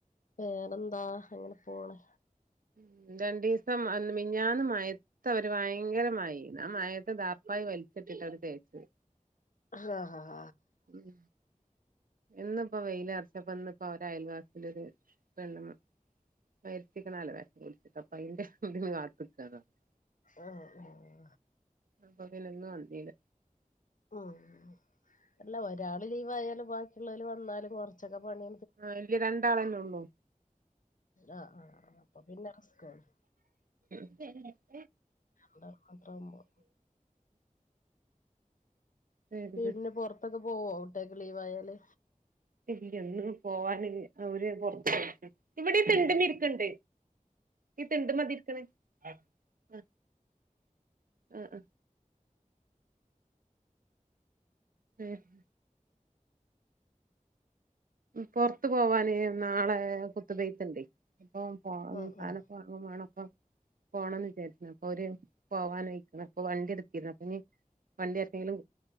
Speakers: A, on the left; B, on the right.
A: വേറെന്താ അങ്ങന പോണ്‌
B: ഉം രണ്ടീസം മ മിഞ്ഞാന്ന് മഴ ത്ത അവര് വയങ്കരമയേന്ന് ആ മയേത്ത് ദാർപ്പായി വലിച്ചട്ടിട്ട് അവര് തേച്ചത്
A: ആഹ് ഹഹ
B: ഉം ഇന്ന്പ്പോ വെയ്ലർച്ചപ്പോ ഇന്ന് ഇപ്പോ അവരെ അയൽവാസിലൊരു പെണ്ണ് <unintelligible>
A: ആഹ് ആഹ്
B: അപ്പൊപിന്നെ ഇന്ന് വന്നീല
A: ഉം അല്ല ഒരാള് ലീവ് ആയാലും ബാക്കിള്ളോല് വന്നാലും കൊർച്ചൊക്കെ പണി
B: ആ ഇല്ല്യ രണ്ടാളല്ലൊള്ളൂ
A: ആഹ് ആഹ് ആഹ് അപ്പൊ പിന്നെ റിസ്ക്കാണ്
B: <unintelligible>
A: രണ്ടാള് മാത്രാവുമ്പോ
B: ഇല്ല
A: പിന്നെ പൊർത്തൊക്കെ പോവോ ട്ട്യാൾക്ക് ലീവായാല്
B: ഇല്ല്യ ഇന്ന് പോവാന് അവര് പൊർത്ത് ഇവിടെ തിണ്ടിമേ ഇരിക്ക്ണ്ട് ഈ തിണ്ട്മത ഇരിക്കിണ് ആഹ് ആഹ് ഏഹ് ഉം പൊർത്തു പോവാന് നാളെ കുത്തുബെയ്ത്ണ്ടേ അപ്പൊ പോവാന്
A: ആഹ്
B: സാനം
A: ആഹ്
B: ഒക്കെ വാ <unintelligible> മാണപ്പൊ പോണംന്ന് വിചാരിചിന് അപ്പൊ ഓര് പോവാനായ്ക്ക്ണ് അപ്പൊ വണ്ടി ഇട്ത്തിര്ന്ന് അപ്പൊ ഇനി വണ്ടി ആർക്കേലും